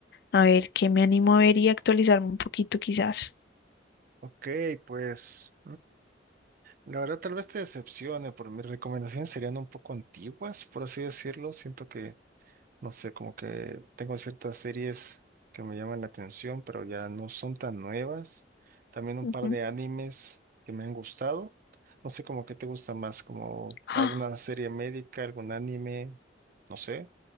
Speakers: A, on the left; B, on the right.
A: A ver, qué me animo a ver y actualizarme un poquito quizás.
B: ok, pues. La verdad, tal vez te decepcione, pero mis recomendaciones serían un poco antiguas, por así decirlo. Siento que, no sé, como que tengo ciertas series que me llaman la atención, pero ya no son tan nuevas. También un
A: Ujú.
B: par de animes que me han gustado. No sé, como qué te gusta más, como
A: ¡Ah!
B: alguna serie médica, algún anime, no sé.